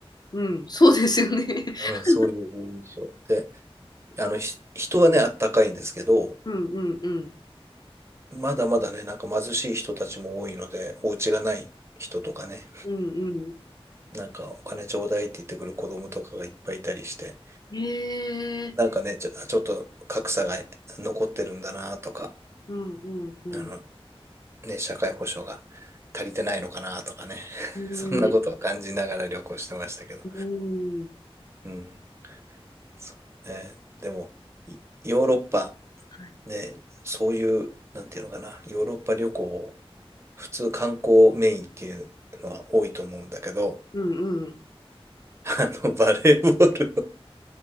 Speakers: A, on the left (about 40°); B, on the right (about 25°).
A: うん、そうですよね。<laughs>
B: うん、そういう印象。で、あの、ひ人はね、あったかいんですけど、
A: うんうんうん。
B: まだまだね、なんか貧しい人たちも多いので、お家がない人とかね、
A: うん
B: なんかお金ちょうだいって言ってくる子供とかがいっぱいいたりして、
A: うん。へえ、
B: なんかね、ちょ、ちょっと格差が残ってるんだなとか、
A: うんうんうん。
B: あの、ね、社会保障が足りてないのかなとかね、<laughs>
A: うん、
B: そんなことを感じながら旅行してましたけど。
A: うん、
B: うん、そうだね。でも、いヨーロッパ、
A: はい。
B: ね、そういう、なんていうのかな、ヨーロッパ旅行、普通観光メインっていうのは多いと思うんだけど、
A: うんうん。
B: あの、バレーボールを